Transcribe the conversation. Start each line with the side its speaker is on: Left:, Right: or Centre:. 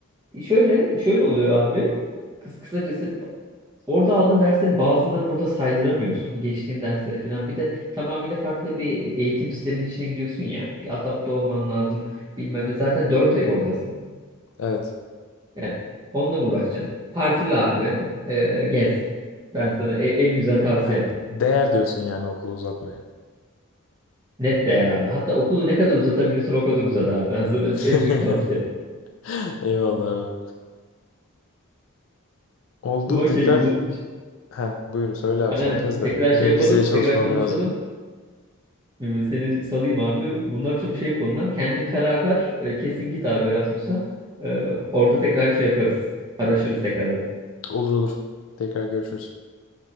Right: Şöyle şöyle oluyor abi. Kıs kısacası Orada aldığın derslerin bazılarını burada saydıramıyorsun. Geçtiğin derslere falan. Bir de tamamıyla farklı bir eğitim sisteminin içine gidiyorsun ya. Bir adapte olman lazım. Bilmem ne. Zaten 4 ay oradasın.
Left: Evet.
Right: Yani onunla mı uğraşacaksın? Partili abi. e, gez. Ben sana e- en güzel tavsiyem.
Left: Yani değer diyorsun yani okulu uzatmaya.
Right: Net değer abi. Hatta okulu ne kadar uzatabiliyorsun o kadar uzat abi. Ben sana en
Left: <laughs>
Right: büyük tavsiyem.
Left: Eyvallah abi. Oldu
Right: Ama
Left: tekrar.
Right: şey bu...
Left: Ha, buyur. söyle abi
Right: Aynen.
Left: son kez
Right: Tekrar
Left: de. Benim
Right: şey yapalım.
Left: vizeye çalışmam
Right: Tekrar konuşalım.
Left: lazım.
Right: Ee, Seni salayım abi. Bunlar çok şey konular. Kendi karar ver. Ee, Kesin git abi Erasmus'a. Ee, Orada tekrar şey yaparız. Araşırız tekrardan.
Left: Olur olur. Tekrar görüşürüz.